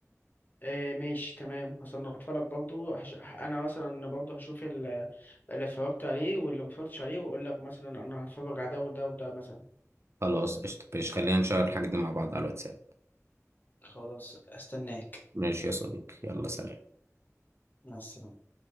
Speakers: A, on the left; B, on the right.
A: إيه ماشي تمام هصنفها لك برضو هش... انا مثلا برضو هشوف ال- اللي اتفرجت عليه واللي ما اتفرجتش عليه واقول لك مثلا انا هتفرج على ده وده وده مثلا
B: خلاص قشطة ماشي خلينا نشير الحاجات دي مع بعض على الواتساب
A: خلاص استناك
B: ماشي يا صديقي يلا سلام
A: مع السلامة